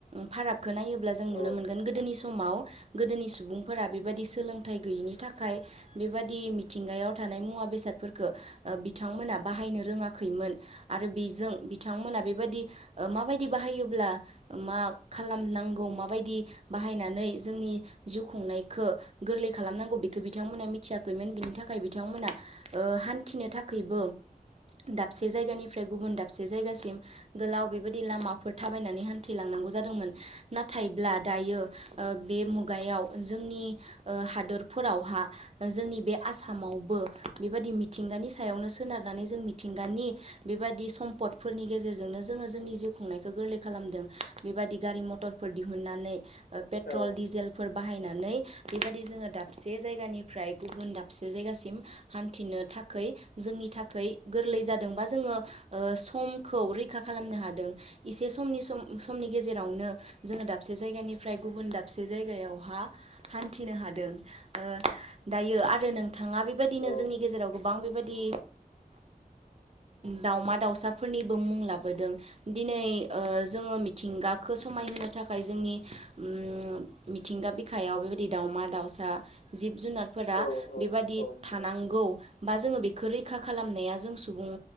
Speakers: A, on the right (about 45°); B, on the left (about 85°).
A: फारागखो नायोब्ला जों नुनो
B: औ
A: मोनगोन गोदोनि समाव गोदोनि सुबुंफोरा बेबादि सोलों थाय गैयिनि थाखाय बेबादि मिथिंगायाव थानाय मुवा बेसादफोरखो बिथांमोना बाहाय नो रोङाखैमोन आरो बेजों बिथांमोना बेबादि ओ माबायदि बाहायोब्ला उम्म मा खालामनांगौ माबायदि बाहायनानै जोंनि जिउ खुंनायखो गोरलै खालामनांगौ बेखो बिथांमोना मिथियाखैमोन बिनि थाखाय बिथांमोना ओ हान्थिनो थाखैबो दाबसे जायगानिफ्राय गुबुन दाबसे जायगासिम गोलाव बेबादि लामाफोर थाबायनानै हान्थिलांना नांगौ जादोंमोन नाथायब्ला दायो ओ बे मुगायाव जोंनि ओ हादोरफोरावहा जोंनि बे आसामावबो बेबादि मिथिंगानि सायावनो सोनार नानै जों मिथिंगानि बेबादि सम्पदफोरनि गेजेरजोंनो जोङो जोंनि जिउ खुंनायखो गोरलै खालामदों। बेबादि गारि मटरफोर दिहुननानै पेट्रल
B: औ
A: डिजेलफोर बाहायनानै बेबादि जोङो दाबसे जायगानिफ्राय गुबुन दाबसे जायगासिम हान्थिनो थाखै जोंनि इथाखै गोरलै जादों बा जोङो ओ समखौ रैखा खालामनो हादों इसे समनि सम समनि गेजेरावनो जोङो दाबसे जायगानिफ्राय गुबुन दाबसे जायगायावहा हान्थिनो हादों ओ दायो आरो नों थाङा बेबादिनो
B: औ
A: जोंनि गेजेराव गोबां बेबादि दावमा दाउसाफोरनिबो मुं लाबोदों दिनै ओ जोङो मिथिंगाखो समायहोनो थाखाय जोंनि उम मिथिंगा बिखायाव बेबायद दि दावमा दाउसा जिब जुनारफोरा
B: औ
A: बेबादि
B: औ नोंथां
A: थानांगौ बा जोङो बेख खो रैखा खालामनाया जों सुबुं